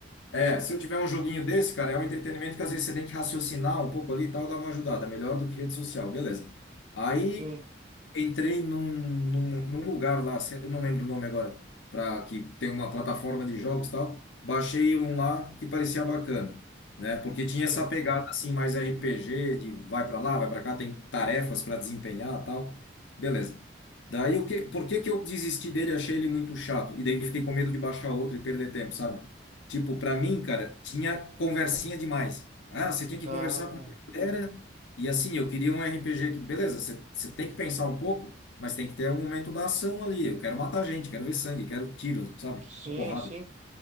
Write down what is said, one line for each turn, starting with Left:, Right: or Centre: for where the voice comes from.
Left: é, se eu tiver um joguinho desse, cara, é um entretenimento que às vezes você tem que raciocinar um pouco ali e tal, dá uma ajudada, melhor do que rede social, beleza. Aí,
Right: Sim,
Left: entrei num, num, num lugar lá, se- eu não lembro o nome agora, para que tem uma plataforma de jogos e tal. Baixei um lá que parecia bacana, né? Porque tinha
Right: sim.
Left: essa pegada assim mais RPG de vai para lá, vai para cá, tem tarefas para desempenhar, e tal. Beleza. Daí o que, por que que eu desisti dele, achei ele muito chato e daí fiquei com medo de baixar outro e perder tempo, sabe? Tipo, para mim, cara, tinha conversinha demais. Ah, você tinha que
Right: Ah.
Left: conversar com uma galera e assim, eu queria um RPG que, beleza, você você tem que pensar um pouco, mas tem que ter um momento da ação ali. Eu quero matar gente, quero ver sangue, quero tiro, sabe?
Right: Sim,
Left: Porrada.
Right: sim,